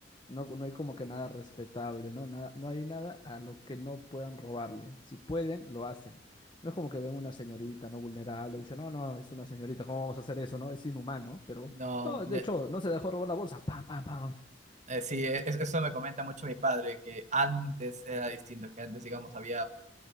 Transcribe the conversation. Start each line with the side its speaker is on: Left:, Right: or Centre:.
Left: No, no hay como que nada respetable, ¿no? Nada, no hay nada a lo que no puedan robarle. Si pueden, lo hacen. No es como que ven una señorita no vulnerable, dicen, no, no, es una señorita, ¿cómo vamos a hacer eso, no? Es inhumano, pero
Right: no,
Left: no, de
Right: ya-
Left: hecho, no se dejó robar la bolsa, pam, pam, pam. <laughs>
Right: eh, sí, e- es- eso me comenta mucho mi padre, que antes era distinto, que antes digamos había,